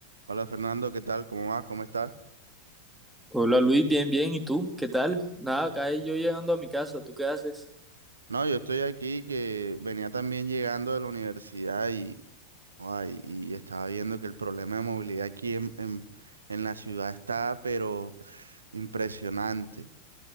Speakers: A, on the right; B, in the centre.
A: Hola Fernando, ¿qué tal? ¿Cómo vas? ¿Cómo estás?
B: Hola Luis, bien, bien. ¿Y tú? ¿Qué tal? Nada, acá yo llegando a mi casa. ¿Tú qué haces?
A: No, yo estoy aquí que venía también llegando de la universidad y, ay, y estaba viendo que el problema de movilidad aquí en, en, en la ciudad está, pero impresionante.